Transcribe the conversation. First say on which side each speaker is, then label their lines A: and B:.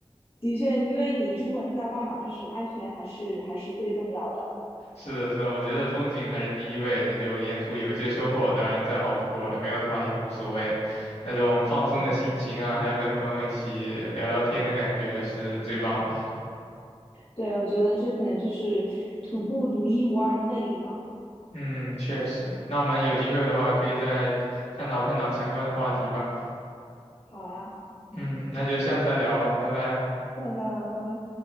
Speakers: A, on the left; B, on the left.
A: 的确，因为你出门在外嘛，就是安全还是还是最重要的。
B: 是的，是的，我觉得风景还是第一位的，就沿途有一些收获，当然再好不过了，没有的话也无所谓。那种放松的心情啊，
A: 对
B: 还有跟朋友一起聊聊天的感觉是最棒的。
A: 对，我觉得这可能就是徒步独一无二的魅力吧。
B: 嗯，确实。那我们有机会的话，可以再探讨探讨相关的话题吧。
A: 好呀，
B: 嗯，那就下次再聊吧，拜拜。
A: 下次再聊，拜拜。